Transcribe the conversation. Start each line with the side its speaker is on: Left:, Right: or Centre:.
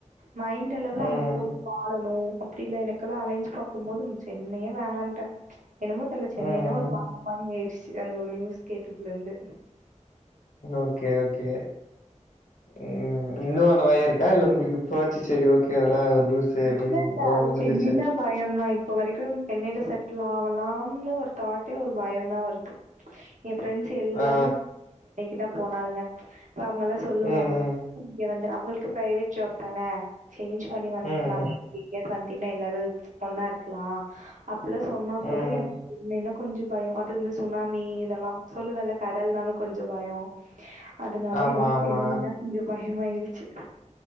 Right: மைண்ட் அளவுல
Left: ம்
Right: அங்கப் ஆலணூ அப்டி இல்ல எனக்கெல்லா அலையன்ஸ் பாக்கும்போது சென்னையே வேணான்ட்டே என்னமோ தெர்ல சென்னைனா
Left: ம்
Right: ஒரு மரண பயோ ஏறிடுச்சு அந்த ஒரு நியூஸ் கேட்டதுலேந்து
Left: ஓகே ஓகே ம் இன்னூ அந்த பயோ இருக் க்கா இல்ல ஒங்களுக்கு இப்பாவாச்சு செரி ஓகே அதெல்லா ஒரு நியூஸு அப்டின்னு
Right: இல்லல்ல
Left: அதோட
Right: அது
Left: முடிஞ்சிருச்சு
Right: சென்னைன்னா பயோந்தா இப் ப வரைக்கூ சென்னையில செட்டில் ஆவலான்னு ஒரு தாட்டே ஒரு பயோந்தா வருது என் ஃப்ரெண்ட்ஸ் எல்லாருமே
Left: ஆ
Right: <inaudible> கிட்ட போனாளுங்க இப்ப அவுங்கல்லா சொல்லுவாங்க
Left: ம்
Right: இங்க வந் அவங்களுக்கு ப்பிரைவேட் ஜாப் தான சேஞ்ச் பண்ணி வந்துட்
Left: ம் ம்
Right: <unintelligible> வந்தீன்னா எல்லாரு ஒன்னா இருக்கலா அப் ட்லா சொன்னாக்
Left: ம்
Right: கூட
Left: ம்
Right: எ மெனு கொஞ்சோ பயம் அது இந்த சுனாமி இதெல்லா சொல்லுவல்ல கடல்னாலு கொஞ்சோ பயோ அதனால
Left: ஆமா
Right: என்னமோ
Left: ஆமா
Right: <unintelligible> கொஞ்சோ பயோ அதிகமாயிருச்சு